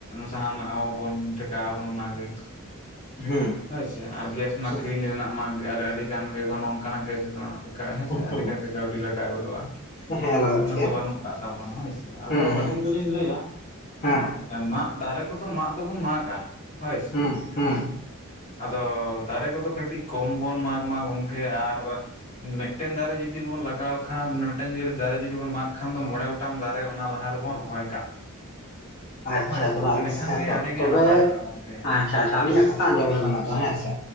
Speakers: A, on the left; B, on the left.
A: ᱥᱟᱦᱟᱱᱟᱜ ᱦᱚᱵᱚᱱ ᱴᱷᱮᱠᱟᱹᱣ ᱟᱠᱟᱱᱟ ᱚᱱᱟ ᱜᱮ᱾
B: ᱦᱩᱸ
A: ᱦᱳᱭ ᱥᱮ ᱟᱨ ᱜᱮᱥ ᱢᱟ
B: ᱦᱩᱸ
A: ᱠᱤᱨᱤᱧ ᱨᱮᱱᱟᱜ ᱢᱟ ᱟᱹᱰᱤ ᱟᱹᱰᱤ ᱜᱟᱱ ᱜᱮ ᱜᱚᱱᱚᱝ ᱠᱟᱱᱟ᱾ ᱜᱮᱥ ᱨᱮᱱᱟᱜ ᱦᱮᱸ ᱥᱮ ᱟᱹᱰᱤ
B: ᱦᱩᱸ
A: ᱜᱟᱱ ᱜᱮ ᱠᱟᱹᱣᱰᱤ ᱞᱟᱜᱟᱣ ᱜᱚᱫᱚᱜᱼᱟ᱾
B: ᱦᱮᱸ ᱞᱟᱜᱟᱜ
A: ᱩᱱᱟᱹᱜ
B: ᱜᱮᱭᱟ
A: ᱫᱚ ᱵᱟᱹᱱᱩᱜ ᱠᱟᱜ ᱛᱟᱵᱚᱱᱟ ᱦᱳᱭ ᱥᱮ ᱾ ᱟᱫᱚ
B: ᱦᱩᱸ ᱦᱩᱸ
A: ᱟᱹᱞᱤᱧ ᱫᱚᱞᱤᱧ ᱞᱟᱹᱭᱟ
B: ᱦᱮᱸ
A: ᱢᱟᱜ ᱫᱟᱨᱮ ᱠᱚᱫᱚ ᱢᱟᱜ ᱫᱚᱵᱚᱱ ᱢᱟᱜᱼᱟ ᱦᱳᱭ ᱥᱮ
B: ᱦᱩᱸ ᱦᱩᱸ
A: ᱟᱫᱚ ᱫᱟᱨᱮ ᱠᱚᱫᱚ ᱠᱟᱹᱴᱤᱡ ᱠᱚᱢ ᱵᱚᱱ ᱢᱟᱜ ᱢᱟ ᱜᱚᱢᱠᱮ ᱟᱨ ᱢᱮᱫᱴᱮᱱ ᱫᱟᱨᱮ ᱡᱩᱫᱤ ᱡᱩᱫᱤ ᱵᱚᱱ ᱞᱟᱜᱟᱣ ᱠᱷᱟᱱ ᱢᱮᱫᱴᱟᱝ ᱡᱩᱫᱤ ᱫᱟᱨᱮ ᱡᱩᱫᱤ ᱵᱚᱱ ᱢᱟᱜ ᱠᱷᱟᱱ ᱫᱚ, ᱢᱚᱬᱮ ᱜᱚᱴᱟᱝ ᱫᱟᱨᱮ ᱚᱱᱟ ᱞᱟᱦᱟ ᱨᱮᱵᱚᱱ ᱨᱚᱦᱚᱭ ᱠᱟᱜ <unintelligible>
B: ᱟᱪᱪᱷᱟ
A: ᱢᱟ ᱦᱳᱭ ᱥᱮ
B: ᱛᱚᱵᱮ
A: ᱮᱸᱰᱮᱠᱷᱟᱱ
B: ᱦᱮᱸ
A: ᱜᱮ
B: ᱛᱚ
A: ᱟᱹᱰᱤ ᱜᱮ
B: ᱛᱚᱵᱮ
A: ᱱᱟᱯᱟᱭᱚᱜᱼᱟ ᱜᱚᱢᱠᱮ
B: ᱟᱪᱪᱷᱟ ᱟᱪᱪᱷᱟ ᱟᱞᱤᱧᱟᱜ ᱠᱟᱛᱷᱟ ᱟᱸᱡᱚᱢ ᱞᱮᱵᱮᱱ ᱟᱹᱫᱚ ᱦᱮᱸ ᱥᱮ